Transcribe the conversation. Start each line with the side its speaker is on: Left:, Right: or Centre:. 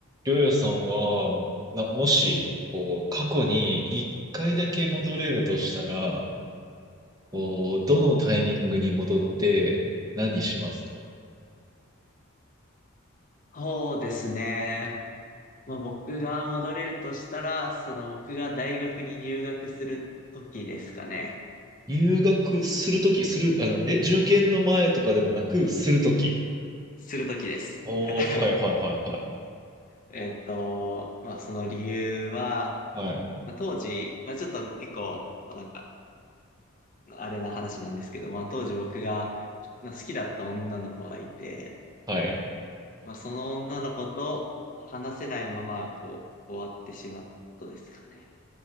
Right: りょうやさんは、な、もし、こう、過去に一回だけ戻れるとしたら、こう、どのタイミングに戻って何しますか
Left: そうですね。まあ、僕が戻れるとしたら、その僕が大学に入学する時ですかね。
Right: 入学するとき、する、あの、え、受験の前とかでもなく、するとき。
Left: する時です。
Right: おー、
Left: <laughs>
Right: はいはいはいはい。
Left: えっと、まあ、その理由は、
Right: はい、
Left: まあ、当時、まあ、ちょっと結構、なんか、あれな話なんですけど、まあ、当時僕が、まあ、好きだった女の子がいて、
Right: はい。
Left: まあ、その女の子と話せないまま、こう、終わってしまったですかね。